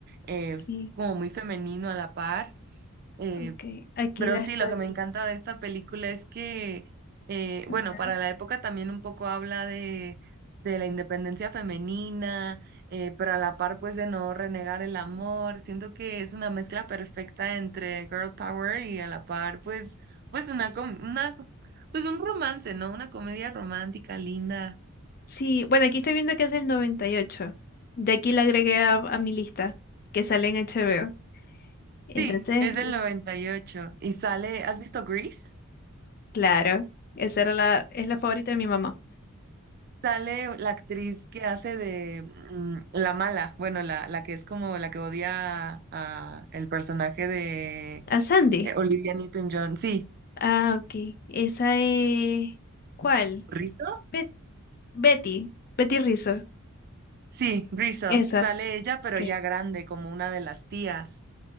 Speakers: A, on the right; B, on the left.
A: eh,
B: aquí,
A: como muy femenino a la par. Eh,
B: okay aquí
A: Pero
B: la
A: sí,
B: estoy.
A: lo que me encanta de esta película es que, eh, bueno,
B: Ajá.
A: para la época también un poco habla de, de la independencia femenina, eh, pero a la par pues de no renegar el amor. Siento que es una mezcla perfecta entre girl power y a la par pues, pues una, com- una, pues un romance, ¿no? Una comedia romántica linda.
B: Sí, bueno, aquí estoy viendo que es el 98. De aquí la agregué a, a mi lista, que sale en HBO. Entonces,
A: Sí, es del 98 y ocho y sale, ¿has visto Grease?
B: Claro, esa era la, es la favorita de mi mamá.
A: Sale la actriz que hace de mm, la mala, bueno, la, la que es como la que odia a el personaje de
B: ¿A Sandy?
A: eh, Olivia Newton-John. Sí,
B: Ah, ok. Esa es... ¿Cuál?
A: ¿Rizzo?
B: Bet- Betty. Betty Rizzo.
A: Sí, Rizzo.
B: Esa.
A: Sale ella, pero
B: ¿Qué?
A: ya grande, como una de las tías.